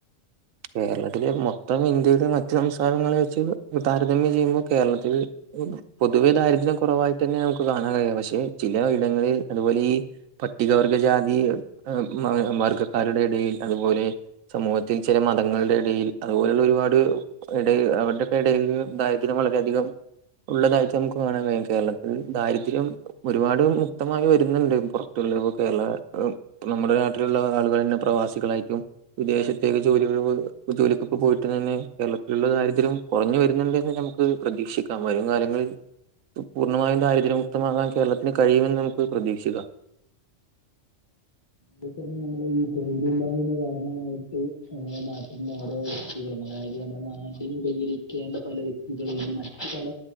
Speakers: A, on the right; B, on the left.
A: കേരളത്തിലെ മൊത്തം ഇന്ത്യയുടെ മറ്റു സംസ്ഥാനങ്ങളെ വെച്ച് താരതമ്യം ചെയ്യുമ്പോ കേരളത്തിൽ പൊതുവേ ദാരിദ്ര്യം കുറവായിട്ട് ന്നെയ മുക്ക് കാണാൻ കഴിയാം പക്ഷെ ചില ഇടങ്ങളിൽ അതു വലി പട്ടികവർഗജാതി എം മ വർഗക്കാരുടെ ഇടയിൽ അതുപോലെ സമൂഹത്തിൽ ചില മതങ്ങളുടെ ഇടയിൽ അതുപോലുള്ള ഒരുപാട് ഇടയിൽ അവരുടെക്കെ ഇടൽ ദാരിദ്ര്യം വളരെയധികം ഉള്ളതായിറ്റ മുക്ക് കാണാൻ കഴിയും കേരളത്തിൽ ദാരിദ്യം ഒരുപാട് മുക്തമായി വരുന്നുണ്ട് പുറത്തുള്ള ഇപ കേരള നമ്മുടെ നാട്ടിലുള്ള ആളുകൾ ന്നെ പ്രവാസികളായിരിക്കും വിദേശത് പ്രത്യേക ജോലിക ജോലിക്കൊക്കെ പോയിട്ട് തന്നെ കേരളത്തിള്ള ദാരിദ്ര്യം കുറഞ്ഞു വരുന്നുണ്ട്ന്ന് ഞമുക്ക് ത് പ്രതീക്ഷിക്കാം വരും കാലങ്ങളിൽ പൂർണ്ണമായും ദാരിദ്ര്യമുക്തമാകാൻ കേരളത്തിന് കഴിയുമെന്ന് നമുക്ക് പ്രതീക്ഷിക്കാം
B: <unintelligible> തന്നെ നമ്മൾ ഈ തൊഴിലില്ലായ്മാ കാരണമായിട്ട് നമ്മെ നാട്ടിൽന്ന് ഓരോ <unintelligible> അതായത് നമ്മളെ നാട്ടിന് ഉപകരിക്കേണ്ട പല വ്യക്തികളും ഇന്ന് മറ്റു പല